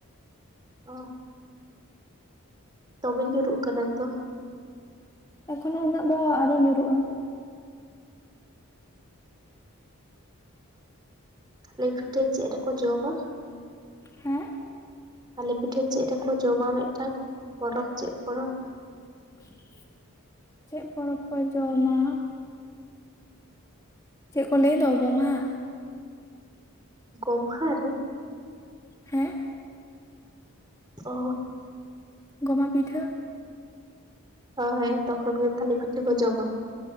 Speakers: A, on the right; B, on the left.
A: <unintelligible> ᱫᱚᱢᱮ ᱧᱩᱨᱩᱜ ᱠᱟᱱᱟ ᱛᱚ
B: ᱮᱠᱷᱚᱱᱚ ᱩᱱᱟᱹᱜ ᱫᱚ ᱟᱹᱣᱨᱤ ᱧᱩᱨᱩᱜᱼᱟ
A: ᱛᱟᱞᱮ ᱯᱷᱤᱴᱟᱹ ᱪᱮᱫ ᱨᱮ ᱠᱚ ᱡᱚᱢᱟ?
B: ᱦᱮᱸ
A: ᱛᱟᱞᱮ ᱯᱤᱴᱷᱟᱹ ᱪᱮᱫ ᱨᱮᱠᱚ ᱡᱚᱢᱟ ᱢᱤᱫᱴᱟᱝ ᱯᱚᱨᱚᱵᱽ ᱪᱮᱫ ᱯᱚᱨᱚᱵᱽ
B: <inaudible> ᱪᱮᱫ ᱯᱚᱨᱚᱵᱽ ᱠᱚ ᱡᱚᱢᱟ? ᱪᱮᱫ ᱠᱚ ᱞᱟᱹᱭ ᱫᱚ ᱜᱚᱢᱦᱟ
A: ᱜᱚᱢᱦᱟ ᱨᱮᱼᱼ
B: ᱦᱮᱸ
A: ᱚᱼᱼ
B: ᱜᱚᱢᱦᱟ ᱯᱤᱴᱟᱹ
A: ᱦᱳᱼᱳᱭ ᱛᱚᱠᱷᱚᱱ ᱜᱮ ᱛᱟᱞᱤ ᱯᱤᱴᱷᱤ ᱠᱚ ᱡᱚᱢᱟ᱾